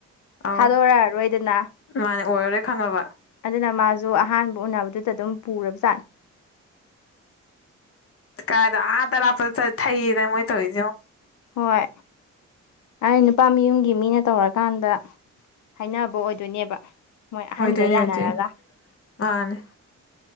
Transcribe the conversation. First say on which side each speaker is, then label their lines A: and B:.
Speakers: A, on the left; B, on the left.
A: ꯑꯧ
B: ꯊꯥꯗꯣꯔꯛꯑꯔꯣꯏꯗꯅ
A: ꯃꯥꯅꯦ ꯑꯣꯏꯔꯔꯣꯏ ꯈꯪꯉꯕ ꯑꯁ
B: ꯑꯗꯨꯅ ꯃꯥ ꯁꯨ ꯑꯍꯥꯟꯕ ꯎꯅꯕꯗꯨꯗ ꯑꯗꯨꯝ ꯄꯨꯔꯕ ꯖꯥꯠꯅꯤ
A: ꯀꯥꯏꯗ ꯑꯥ ꯑꯔꯥꯞꯄꯗ ꯆꯠ ꯊꯩꯌꯦꯅ ꯃꯣꯢ ꯇꯧꯔꯤꯁꯦ ꯌꯦꯡꯉꯨ
B: ꯍꯣꯏ ꯑꯩ ꯅꯨꯄꯥ ꯃꯌꯨꯝꯒꯤ ꯃꯤꯅ ꯇꯧꯔꯀꯥꯟꯗ ꯍꯥꯏꯅꯕ ꯑꯣꯏꯗꯣꯏꯅꯦꯕ ꯃꯣꯏ ꯑꯍꯟꯒꯩ
A: ꯑꯣꯏꯗꯣꯏꯅꯦ
B: ꯌꯥꯅꯔꯒ
A: ꯑꯣꯏꯗꯣꯏꯅꯦ ꯃꯥꯅꯦ